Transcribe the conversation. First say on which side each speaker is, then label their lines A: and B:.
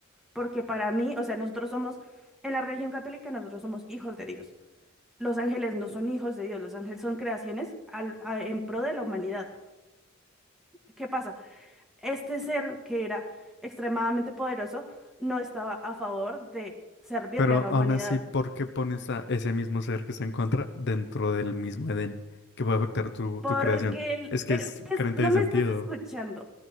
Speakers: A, in the centre; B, on the left.
A: Porque para mí, o sea, nosotros somos, en la religión católica, nosotros somos hijos de Dios. Los ángeles no son hijos de Dios, los ángeles son creaciones al- a- en pro de la humanidad. ¿Qué pasa? este ser que era extremadamente poderoso no estaba a favor de servirle
B: pero
A: a la humanidad.
B: aún así, ¿por qué pones a ese mismo ser que se encuentra dentro del mismo Edén que puede afectar tu,
A: Porque
B: tu creación?
A: él,
B: Es que
A: pero
B: es
A: es-
B: carente
A: no
B: de
A: me
B: sentido.
A: estás escuchando,